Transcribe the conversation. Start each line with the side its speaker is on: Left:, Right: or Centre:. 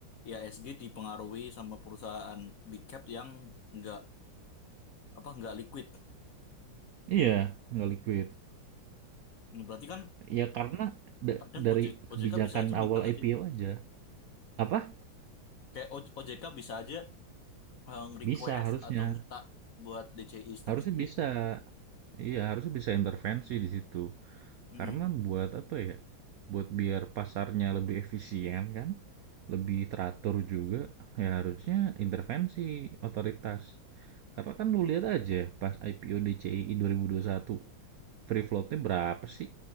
Left: Ya SG dipengaruhi sama perusahaan big cap yang nggak apa nggak liquid.
Right: Iya, nggak liquid.
Left: Nah, Berarti kan
Right: Ya karena da-
Left: kadang
Right: dari
Left: OJ,
Right: kebijakan
Left: OJK bisa aja
Right: awal
Left: minta nggak
Right: IPO
Left: sih?
Right: aja. Apa?
Left: Kayak O- OJK bisa aja eh, request
Right: Bisa harusnya.
Left: atau minta buat DCI stock
Right: Harusnya
Left: split
Right: bisa. Iya, harusnya bisa intervensi di situ.
Left: Mm-mm.
Right: Karena buat apa ya? Buat biar pasarnya lebih efisien kan? Lebih teratur juga, ya harusnya intervensi otoritas. Karena kan lu lihat aja pas IPO DCI 2021, free floatnya berapa sih?